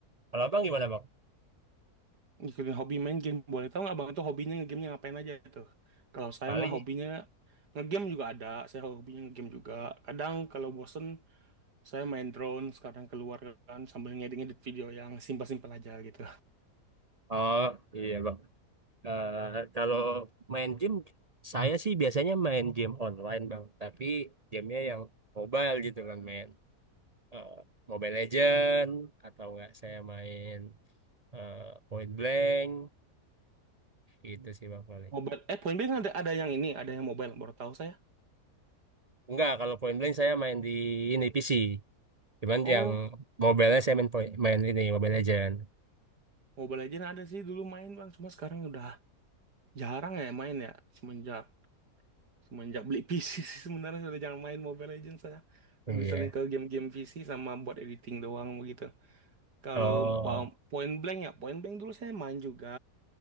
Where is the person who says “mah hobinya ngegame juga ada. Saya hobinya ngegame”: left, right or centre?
Right